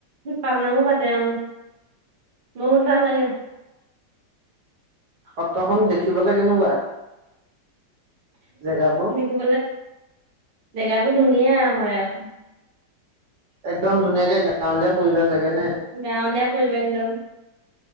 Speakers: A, on the right; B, on the right.
A: পাল নামো পাতে অ বহুত ভাল লাগে
B: শতখন দেখি পালে কেনেকুৱা জেগাবোৰ
A: দেখিবলে জেগাবোৰ ধুনীয়া হয় আৰু
B: একদম ধুনীয়াকে গাঁৱলীয়া পৰিৱেশ চাগে নে
A: গাঁৱলীয়া পৰিৱেশ একদম